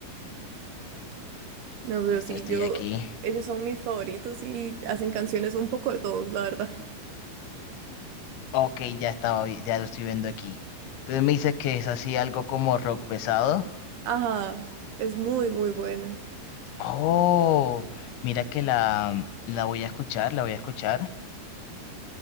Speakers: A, on the right; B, on the left.
A: No, pero
B: Listo,
A: sí,
B: estoy
A: yo,
B: aquí.
A: ellos son mis favoritos y hacen canciones un poco de todo, la verdad.
B: Ok, ya estaba, vi- ya lo estoy viendo aquí. Entonces me dices que es así algo como rock pesado.
A: Ajá, es muy, muy buena.
B: Oh, mira que la, la voy a escuchar, la voy a escuchar.